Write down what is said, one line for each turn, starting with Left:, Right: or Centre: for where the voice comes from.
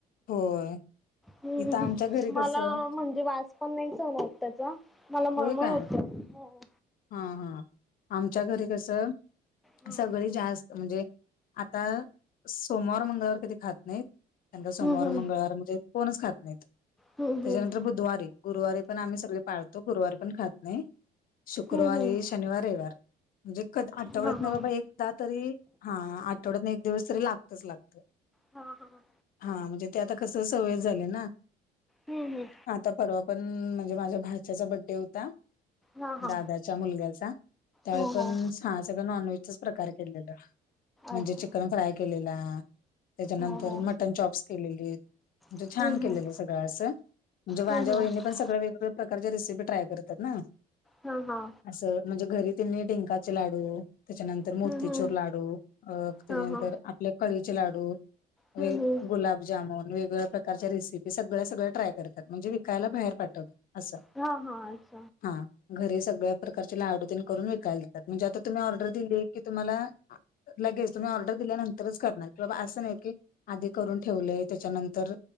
Left: होय.
Centre: हम्म
Left: इथं आमच्या घरी कसं
Centre: मला, म्हणजे वास पण नाही सहन होत त्याचा मला
Left: होय
Centre: मळमळ
Left: काय
Centre: होते. हो, हो.
Left: हा, हा आमच्या घरी कस,
Centre: हम्म
Left: सगळे जास्त म्हणजे आता, सोमवार, मंगळवार कधी खात नाहीत त्यांचा सोमवार,
Centre: हम्म
Left: मंगळवार म्हणजे कोनच खात नाहीत
Centre: हम्म
Left: त्याच्या नंतर बुधवारी गुरुवारी पण आम्ही सगळे पाळतो, गुरुवारी पण खात नाही. शुक्रवारी,
Centre: हम्म हम्म हम्म
Left: शनिवार, रविवार म्हणजे क, आठवड्यातन
Centre: हा हा
Left: बाबा एक एकदा तरी हा आठवड्यात एक दिवस तरी लागतच लागत.
Centre: हा, हा, हा.
Left: हा, म्हणजे ते आता कसं सवय झालेय ना.
Centre: हम्म, हम्म.
Left: आता परवा पण, म्हणजे माझ्या भाच्याचा बड्डे होता
Centre: हा हा
Left: दादाच्या मुलग्याचा, त्यावेळी
Centre: हो
Left: पण
Centre: हो
Left: सगळं नॉन व्हेजचाच प्रकार केलेल म्हणजे
Centre: अच्छा
Left: चिकन फ्राय केलेला, त्याच्यानंतर
Centre: हो हो
Left: मटन चॉप्स केलेलीत म्हणजे
Centre: हम्म
Left: छान केलेलं
Centre: हम्म
Left: सगळं असं, म्हणजे माझ्या
Centre: हम्म हम्म
Left: वहिनी पण सगळं वेगळं प्रकारच्या रेसिपी ट्राय करतात ना
Centre: हा, हा
Left: असं म्हणजे घरी त्यांनी डिंकाचे लाडू, त्याच्यानंतर
Centre: हम्म
Left: मोतीचूर
Centre: हम्म
Left: लाडू. अ, त्याच्यानंतर
Centre: हा हा
Left: आपले कळीचे लाडू
Centre: हम्म
Left: व
Centre: हम्म
Left: गुलाब त्यामुळं, वेगवेगळ्या प्रकरच्या रेसिपी सगळं -सगळं ट्राय करतात म्हणजे विकायला बाहेर पाठवत. असं
Centre: हा, हा अस.
Left: हां घरी सगळ्या प्रकारचे लाडू तेन करून विकायला देतात म्हणजे आता तुम्ही ऑर्डर दिली की तुम्हाला लगेच, तुम्ही ऑर्डर दिल्यानंतरच करणार क असं नाही की आधी करून ठेवलय, त्याच्यानंतर,